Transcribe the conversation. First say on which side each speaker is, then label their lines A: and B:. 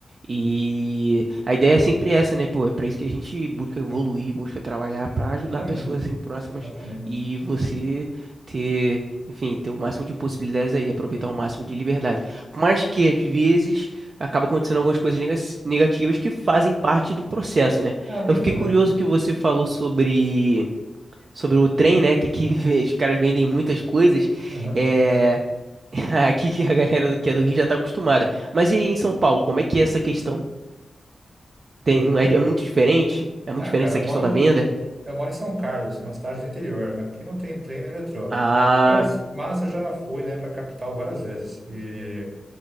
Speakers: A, on the right; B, on the right.
A: E a ideia é sempre essa, né, pô? É pra isso que a gente busca evoluir,
B: Hum,
A: busca trabalhar pra ajudar
B: Exatamente,
A: pessoas assim próximas
B: exatamente.
A: e você ter, enfim, ter o máximo de possibilidades aí, aproveitar o máximo de liberdade. Mas que às vezes acaba acontecendo algumas coisas nega- negativas que fazem parte do processo, né?
B: É uma aventura,
A: Eu fiquei curioso
B: né?
A: que você falou sobre, sobre o trem, né? Que aqui <laughs> os caras vendem muitas coisas.
B: Aham.
A: É... <laughs> Aqui que a galera que é do Rio já tá acostumada. Mas e aí em São Paulo, como é que é essa questão? Tem,
B: Do
A: não
B: trem?
A: é, é muito diferente? É muito
B: Ah,
A: diferente
B: cara,
A: essa
B: eu
A: questão
B: moro,
A: da venda?
B: eu moro em São Carlos, uma cidade do interior. Aqui não tem trem nem metrô.
A: Ah,
B: Mas, mas eu já fui, né, para a capital várias vezes. E